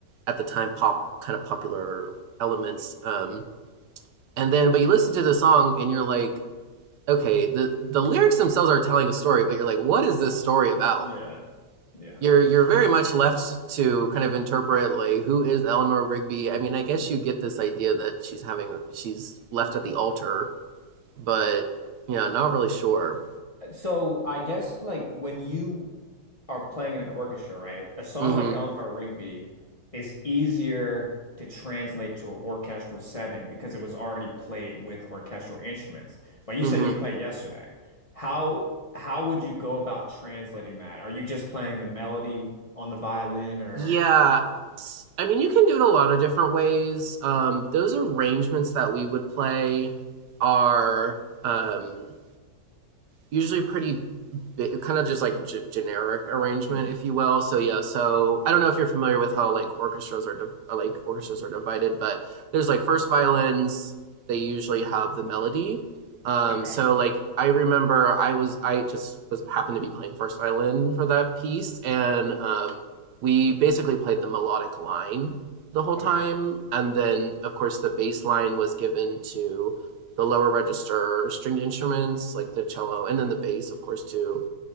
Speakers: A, on the right; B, on the left.
A: at the time pop kind of popular elements um, and then but you listen to the song and you're like okay the the lyrics themselves are telling a story but you're like what is this story about
B: Yeah. Yeah.
A: you're you're very much left to kind of interpret like who is Eleanor Rigby. I mean, I guess you get this idea that she's having a, she's left at the altar, but yeah, not really sure.
B: So I guess like when you are playing in an orchestra, right? A song
A: Mm-hmm.
B: like Eleanor Rigby is easier to translate to an orchestral setting because it was already played with orchestral instruments. But you
A: Mm-hmm.
B: said you played yesterday. How how would you go about translating that? Are you just playing the melody on the violin or
A: Yeah. I mean, you can do it a lot of different ways. Um, those arrangements that we would play are um, usually pretty bit, kind of just like a g- generic arrangement,
B: Mm.
A: if you will. So yeah, so I don't know if you're familiar with how like orchestras are uh, like orchestras are divided, but there's like first violins. They usually have the melody. Um,
B: okay,
A: so like I remember I was I just was happened to be playing first violin for that piece, and um, we basically played the melodic line the whole
B: okay.
A: time, and then of course the bass line was given to the lower register stringed instruments like the cello and then the bass of course to